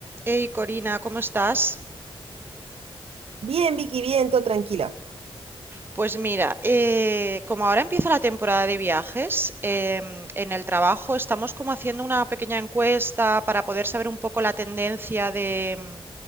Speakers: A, on the right; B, on the right.
A: Hey Corina, ¿cómo estás?
B: Bien, Vicky, bien, todo tranquilo.
A: Pues mira, eh, como ahora empieza la temporada de viajes, em, en el trabajo estamos como haciendo una pequeña encuesta para poder saber un poco la tendencia de,